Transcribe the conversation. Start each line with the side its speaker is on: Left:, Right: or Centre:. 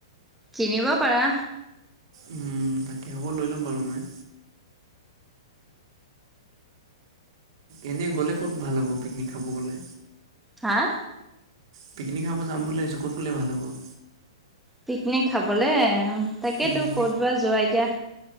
Centre: কিনিব পাৰা।
Right: উম তাকে হ'ব লৈ ল'ম বাৰু মই। এনেই গ'লে ক'ত ভাল হ'ব পিকনিক খাব গ'লে।
Centre: হাঁ?
Right: পিকনিক খাব যাম বুলি ভাবিছো ক'ত গ'লে ভাল হ'ব?
Centre: পিকনিক খাবলে তাকেইতো
Right: উম
Centre: ক'ত বা যোৱা এতিয়া।